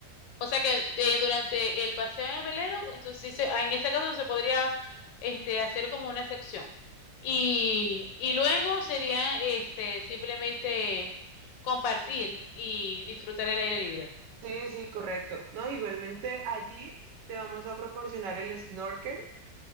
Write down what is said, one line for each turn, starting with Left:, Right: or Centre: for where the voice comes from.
Left: O sea que eh, durante el paseo en el velero, entonces sí se- ah, en ese caso se podría este, hacer como una sección. Y, y luego sería este, simplemente compartir y disfrutar el aire libre.
Right: Sí, sí, correcto. No, igualmente allí te vamos a proporcionar el snorkel